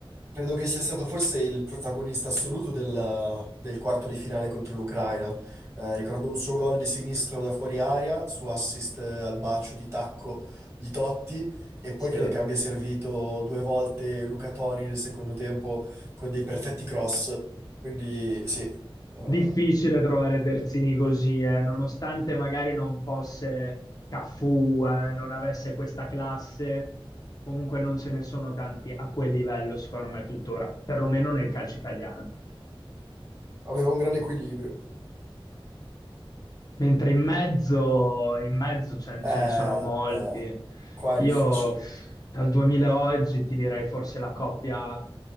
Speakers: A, on the right (about 30°); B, on the left (about 40°).
A: Credo che sia stato forse il protagonista assoluto del, del quarto di finale contro l'Ucraina. Eh, ricordo un suo gol di sinistro da fuori aria, suo assist eh, al bacio di tacco di Totti e poi
B: Sì.
A: credo che abbia servito due volte Luca Toni nel secondo tempo con dei perfetti cross. Quindi sì, eh,
B: Difficile trovare terzini così, eh, nonostante magari non fosse Cafu, eh, non avesse questa classe, comunque non ce ne sono tanti a quel livello, secondo me, tuttora, perlomeno nel calcio italiano.
A: aveva un grande equilibrio.
B: Mentre in mezzo, in mezzo ce,
A: Eh,
B: ce ne sono molti.
A: eh, qua
B: Io
A: è difficile.
B: pff, dal 2000 a oggi ti direi forse la coppia,